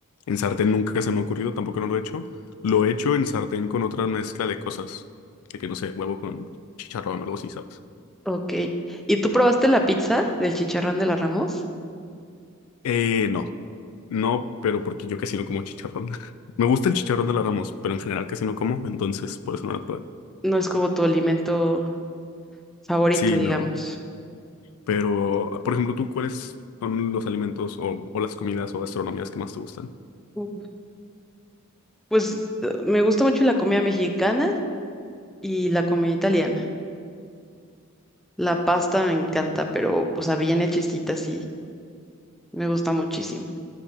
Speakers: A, on the left (about 85°); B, in the centre.
A: En sartén nunca se me ha ocurrido, tampoco no lo he hecho. Lo he hecho en sartén con otra mezcla de cosas, de que no sé, huevo con chicharrón o algo así, ¿sabes?
B: Ok. ¿Y tú probaste la pizza del chicharrón de la Ramos?
A: Eh, no. No, pero porque yo casi no como chicharrón. <laughs> Me gusta el chicharrón de la Ramos, pero en general casi no como, entonces por eso no lo probé.
B: No es como tu alimento favorito,
A: Sí,
B: digamos.
A: no. Pero, por ejemplo, ¿tú cuáles son los alimentos o, o las comidas o gastronomías que más te gustan?
B: Mm. Pues eh, me gusta mucho la comida mexicana y la comida italiana. La pasta me encanta, pero, o sea, bien hechecita, sí, me gusta muchísimo.